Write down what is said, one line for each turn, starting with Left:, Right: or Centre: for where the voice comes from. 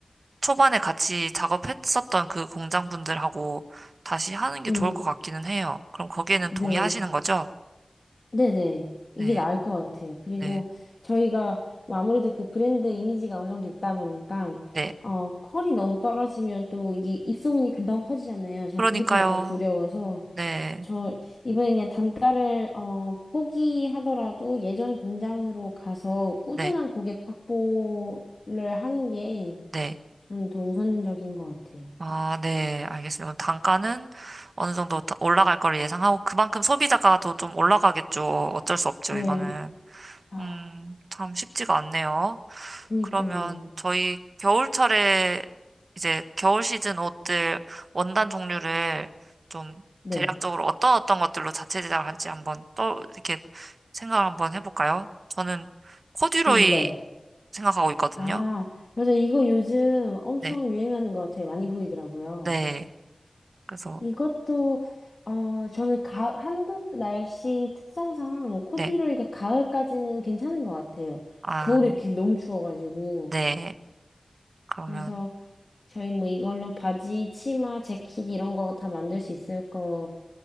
Right: 초반에 같이 작업했었던 그 공장 분들하고 다시 하는 게
Left: 음,
Right: 좋을 것 같기는 해요. 그럼 거기에는
Left: 네,
Right: 동의하시는 거죠?
Left: 네네.
Right: 네,
Left: 이게 나을 것 같아요. 그리고
Right: 네,
Left: 저희가 뭐 아무래도 그 브랜드 이미지가 어느 정도 있다 보니까,
Right: 네.
Left: 어, 컬이 너무 떨어지면 또 이게 입소문이 금방 퍼지잖아요. 저는
Right: 그러니까요.
Left: 그게 좀 약간 두려워서,
Right: 네,
Left: 저 이번에 그냥 단가를, 어, 포기하더라도 예전 공장으로 가서 꾸준한
Right: 네,
Left: 고객 확보를 하는 게
Right: 네.
Left: 저는 더 우선적인 것 같아요.
Right: 아, 네. 알겠습니다. 그럼 단가는 어느 정도 다- 올라갈 거를 예상하고 그만큼 소비자가도 좀 올라가겠죠. 어쩔 수 없죠,
Left: 예,
Right: 이거는.
Left: 아,
Right: 음, 참 쉽지가 않네요.
Left: 그니까요.
Right: 그러면 저희 겨울철에 이제 겨울 시즌 옷들 원단 종류를 좀
Left: 네,
Right: 대략적으로 어떤 어떤 것들로 자체 제작을 할지 한번 또 이렇게 생각을 한번 해볼까요? 저는 코듀로이
Left: 음, 네.
Right: 생각하고 있거든요.
Left: 아, 맞아. 이거 요즘 엄청
Right: 네,
Left: 유행하는 것 같아요. 많이 보이더라고요.
Right: 네. 그래서,
Left: 이것도, 어, 저는 가, 한국 날씨 특성상 코듀로이가
Right: 네.
Left: 가을까지는 괜찮은 것 같아요.
Right: 아,
Left: 겨울에 이렇게 너무 추워가지고.
Right: 네. 그러면,
Left: 그래서 저희 뭐 이걸로 바지, 치마, 재킷 이런 거 다 만들 수 있을 것